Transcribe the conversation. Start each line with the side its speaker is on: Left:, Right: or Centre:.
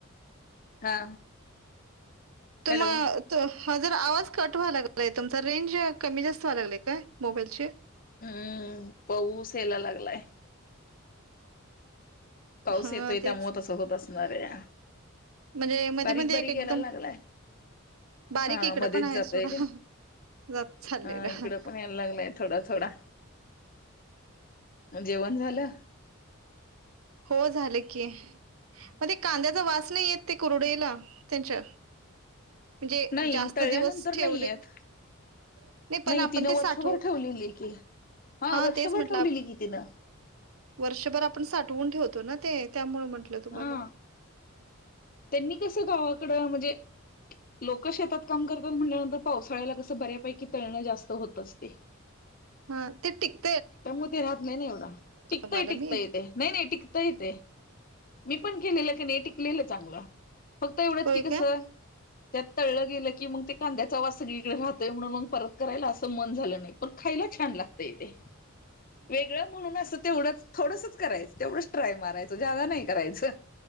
Left: हा.
Right: तुमा
Left: हॅलो
Right: तू हा जर आवाज कट व्हाय लागलाय, तुमचा रेंज कमी जास्त व्हाय लागले काय मोबाईलची?
Left: हम पाऊस यायला लागलाय. पाऊस
Right: हा
Left: येतोय, त्यामुळे
Right: तेच
Left: तसं होत असणार ये.
Right: म्हणजे मध्ये
Left: बारीक
Right: मध्ये
Left: बारीक
Right: एक एकदम
Left: याला लागलाय.
Right: बारीक
Left: हा
Right: इकडं
Left: मध्येच
Right: पण आहे
Left: जातोय
Right: सोडा
Left: काय?
Right: जात चाललेलं
Left: हा इकड पण यायला लागलाय थोडा थोडा जेवण झालं.
Right: हो झालं की मग ते कांद्याचा वास नाही येत, ते कुरडईला त्यांच्या म्हणजे
Left: नाही
Right: जास्त
Left: तळल्यानंतर
Right: दिवस ठेवले
Left: नाही येत
Right: नाही पण
Left: नाही
Right: आपण
Left: तिनं
Right: ते साठव,
Left: वर्षभर ठेवलेली की
Right: हा
Left: वर्षभर
Right: तेच म्हटलं,
Left: ठेवलेली
Right: आप
Left: की तिनं
Right: वर्षभर आपण साठवून ठेवतो ना ते, त्यामुळ म्हंटलं तुम्हाला.
Left: हा त्यांनी कसं गावाकडं म्हजे लोक शेतात काम करतात म्हटल्यानंतर, पावसाळ्याला कसं बऱ्यापैकी तळणं जास्त होत असते.
Right: हा ते टिक
Left: त्यामुळे ते ऱ्हात नाही ना एवढा, टिकतय
Right: तुम्हाला
Left: टिकतय
Right: मी
Left: ते, नाही नाही टिकतय ते. मी पण केलेलं की नाही टिकलेलं चांगलं, फक्त एवढंच
Right: होय
Left: की कस?
Right: का
Left: त्यात तळलं गेलं की, मग ते कांद्याचा आवाज सगळीकडे राहतोय म्हणून मग परत करायला असं मन झालं नाही, पण खायला छान लागतय ते, वेगळं म्हणून अस तेवढंच. थोडसच करायचं, तेवढंच ट्राय मारायचं, ज्यादा नाही करायचं.